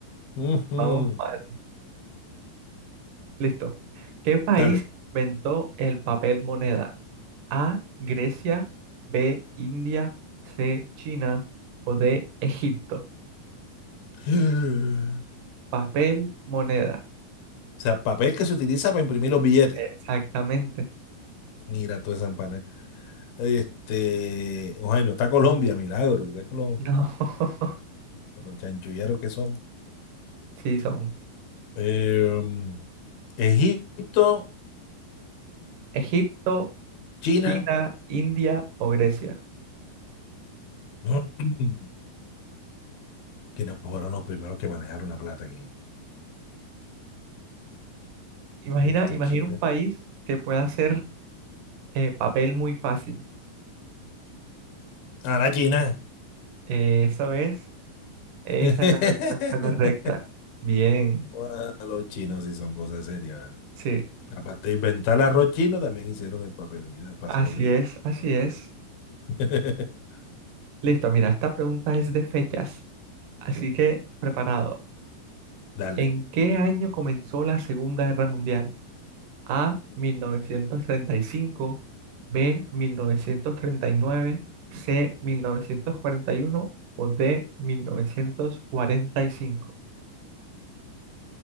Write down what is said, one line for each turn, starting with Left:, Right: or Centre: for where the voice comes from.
Left: Ujú,
Right: vamos, mal. Listo. ¿Qué país
Left: Dale.
Right: inventó el papel moneda? A, Grecia, B, India, C, China o D, Egipto.
Left: <gasps>
Right: Papel, moneda.
Left: O sea, papel que se utiliza para imprimir los billetes.
Right: Exactamente.
Left: Mira toda esa empanada. Este, oh, ay, no está Colombia, milagro. ¿Sabes con los,
Right: No. <laughs>
Left: con los chanchulleros que son.
Right: Sí, son
Left: Em, Egipto,
Right: Egipto,
Left: China.
Right: China, India o Grecia.
Left: No, <clears throat> ¿Quiénes fueron los primeros que manejaron la plata aquí?
Right: Imagina,
Left: Egipto,
Right: imagina
Left: China.
Right: un país que pueda hacer eh, papel muy fácil.
Left: Ah, la China.
Right: Eh, eso es, esa
Left: <laughs>
Right: es la respuesta correcta. Bien,
Left: Bueno, los chinos sí son cosas serias, ¿vale?
Right: sí,
Left: Aparte de inventar el arroz chino, también hicieron el papel, mira, para
Right: así
Left: hacer los billetes.
Right: es, así es.
Left: <laughs>
Right: Listo, mira, esta pregunta es de fechas, así que preparado.
Left: Dale.
Right: ¿En qué año comenzó la Segunda Guerra Mundial? A mil novecientos treinta y cinco, B mil novecientos treinta y nueve, C 1941 o D 1945.